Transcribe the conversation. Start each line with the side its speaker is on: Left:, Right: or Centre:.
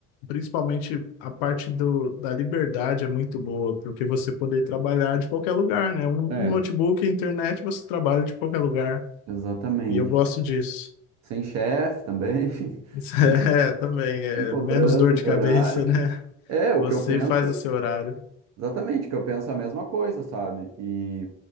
Left: principalmente, a parte do, da liberdade é muito boa, porque você poder trabalhar de qualquer lugar, né? Um, um
Right: É,
Left: notebook, internet, você trabalha de qualquer lugar.
Right: exatamente.
Left: E eu gosto disso.
Right: Sem chefe também, <laughs>
Left: <laughs>
Right: né?
Left: É, também, é
Right: Sem cobrança
Left: menos dor de
Right: de
Left: cabeça,
Right: horário.
Left: né?
Right: É, o
Left: Você
Right: que eu penso,
Left: faz o seu horário.
Right: exatamente, o que eu penso é a mesma coisa, sabe? E,